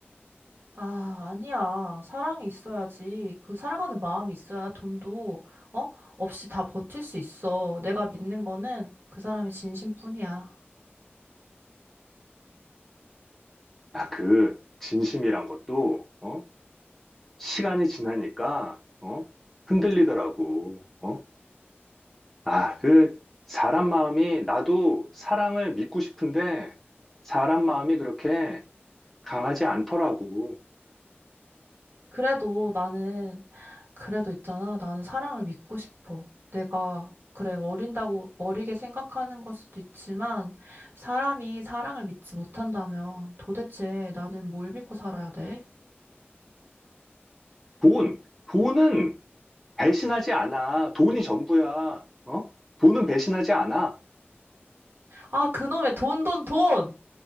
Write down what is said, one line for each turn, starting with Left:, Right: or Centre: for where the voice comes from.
Right: 아, 아니야. 사랑이 있어야지. 그 사랑하는 마음이 있어야 돈도, 어? 없이 다 버틸 수 있어. 내가 믿는 거는 그 사람이 진심뿐이야.
Centre: 야, 그 진심이란 것도 어? 시간이 지나니까 어? 흔들리더라고. 어? 아, 그 사람 마음이 나도 사랑을 믿고 싶은데 사람 마음이 그렇게 강하지 않더라고.
Right: 그래도 나는, 그래도 있잖아. 나는 사랑을 믿고 싶어. 내가, 그래, 어린다고 어리게 생각하는 걸 수도 있지만, 사람이 사랑을 믿지 못한다면 도대체 나는 뭘 믿고 살아야 돼?
Centre: 돈, 돈은 배신하지 않아. 돈이 전부야. 어? 돈은 배신하지 않아.
Right: 아, 그놈의 돈, 돈, 돈!